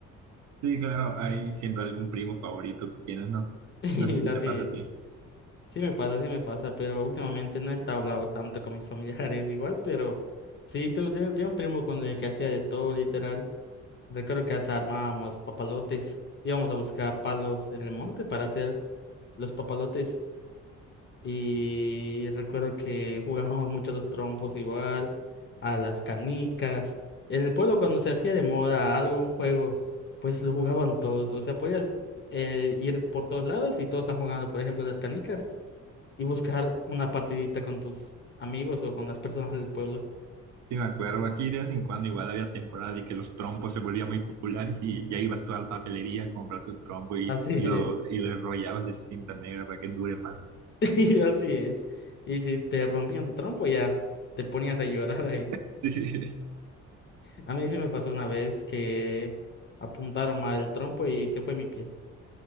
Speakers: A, on the right (about 65°); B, on the left (about 40°).
A: Sí, claro, hay siempre algún primo favorito que tienes, ¿no?
B: <laughs>
A: No sé si
B: Así,
A: te pasa a ti.
B: sí me pasa, sí me pasa, pero últimamente no he estado hablando tanto con mis familiares <laughs> igual, pero sí, tengo, tengo tengo un primo con el que hacía de todo literal. Recuerdo que hasta armábamos papalotes. Íbamos a buscar palos en el monte para hacer los papalotes. Y recuerdo que <laughs> jugábamos mucho a los trompos igual, a las canicas. En el pueblo cuando se hacía de moda algo, un juego, pues lo jugaban todos. O sea, podías eh, ir por todos lados y todos están jugando, por ejemplo, las canicas y buscar una partidita con tus amigos o con las personas del pueblo.
A: Sí, me acuerdo, aquí de vez en cuando igual había temporada y que los trompos se volvían muy populares y ya ibas tú a la papelería a comprar tu trompo y,
B: Así
A: y lo,
B: <laughs>
A: y lo enrollabas de cinta negra para que dure más.
B: <laughs> Sí, así es. Y si te rompían tu trompo, ya te ponías a llorar ahí.
A: Sí, <laughs>
B: A mí sí me pasó una vez que apuntaron mal el trompo y se fue mi pie.